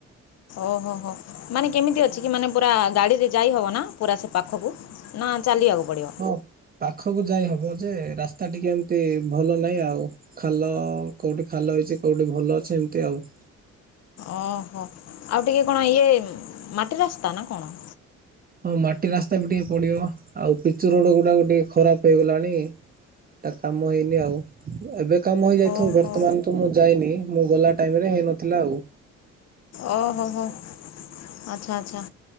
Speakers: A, on the left; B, on the right.
A: ଓହୋ ହୋ ମାନେ କେମିତି ଅଛି କି ମାନେ ପୁରା ଗାଡିରେ ଯାଇ ହବ ନା ପୁରା ସେ ପାଖକୁ ନା ଚାଲିଆକୁ ପଡିବ?
B: ହଁ ପାଖକୁ ଯାଇ ହବ ଯେ ରାସ୍ତା ଟିକେ ଏମିତି ଭଲ ନାହିଁ ଆଉ। ଖାଲ କୋଉଠି ଖାଲ ହେଇଛି କୋଉଠି ଭଲ ଅଛି ଏମିତି ଆଉ।
A: ଅ ହୋ। ଆଉ ଟିକେ କଣ ଇଏ ମାଟି ରାସ୍ତା ନା କଣ?
B: ହଁ ମାଟି ରାସ୍ତା ବି ଟିକେ ପଡିବ ଆଉ ପିଚୁ ରୋଡ ଗୁଡାକ ଟିକେ ଖରାପ ହେଇଗଲାଣି। ତା କାମ ହେଇନି ଆଉଏବେ କାମ ହେଇଯାଇଥିବ
A: ଓହୋ
B: ବର୍ତ୍ତମାନ ତ ମୁଁ ଯାଇନି ମୁଁ ଗଲା ଟାଇମ୍ ରେ ହେଇନଥିଲା ଆଉ।
A: ଓହୋ ହୋ ହୋ। ଆଛା ଆଛା